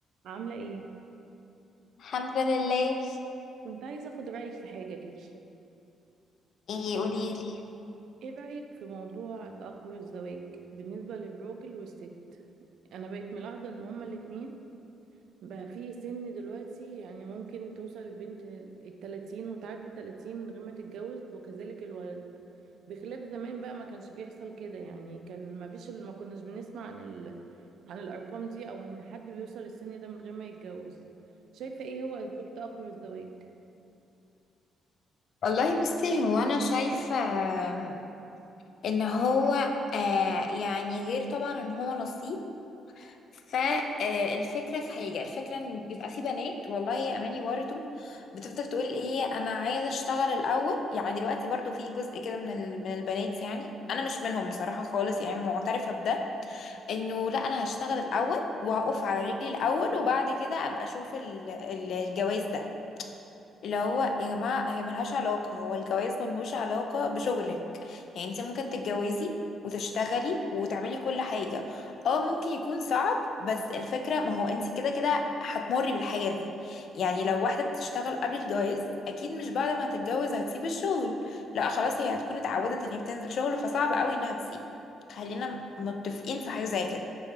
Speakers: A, on the right; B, on the left.
A: عاملة ايه؟
B: الحمد لله
A: كنت عايزة اخد رأيك في حاجة كده
B: ايه قوليلي
A: ايه رأيك في موضوع تأخر الزواج بالنسبة للراجل والست انا بقيت ملاحظة ان هما الاتنين بقى في سن دلوقتي يعني ممكن توصل البنت التلاتين وتعدي تلاتين من غير ما تتجوز وكذلك الولد بخلاف زمان بقى ما كانش بيحصل كده يعني كان ما فيش ما كناش بنسمع عن ال... عن الارقام دي او ان حد بيوصل السن ده من غير ما يتجوز شايفة ايه هو اسباب تأخر الزواج
B: والله بصي هو انا شايفه آم، ان هو آه، يعني غير طبعا ان هو نصيب فالفكره في حاجه الفكره ان بيبقى في بنات والله يا اماني برضو بتفضل تقول ايه انا عايزه اشتغل الاول يعني دلوقتي برضو في جزء كده من ال- من البنات يعني انا مش منهم بصراحه خالص يعني معترفه بده انه لا انا هشتغل الاول وهقف على رجلي الاول وبعد كده ابقى اشوف ال- ال- الجواز ده اللي هو يا جماعة هي ملهاش علاقة هو الجواز ملهوش علاقة بشغلك يعني انت ممكن تتجوزي وتشتغلي وتعملي كل حاجة اه ممكن يكون صعب بس الفكرة ما هو انت كده كده هتمري بالحاجة دي يعني لو واحدة بتشتغل قبل الجواز اكيد مش بعد ما هتتجوز هتسيب الشغل لا خلاص هي هتكون اتعودت ان هي بتنزل شغل فصعب قوي انها تسيب خلينا متفقين في حاجة زي كده